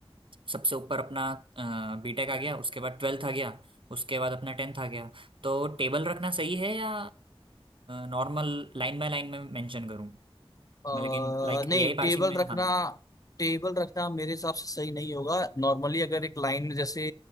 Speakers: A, on the right; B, on the left.
A: सबसे ऊपर अपना बीटेक आ गया उसके बाद ट्वेल्थ आ गया उसके बाद अपना टेंथ आ गया तो टेबल रखना सही है या नॉर्मल लाइन बाय लाइन में मेंशन करूँ
B: अ,
A: मैं लेकिन लाइक
B: नहीं
A: एआई पार्सिंग
B: टेबल
A: में
B: रखना
A: हाँ
B: टेबल रखना मेरे हिसाब से सही नहीं होगा नॉर्मली अगर एक लाइन में जैसे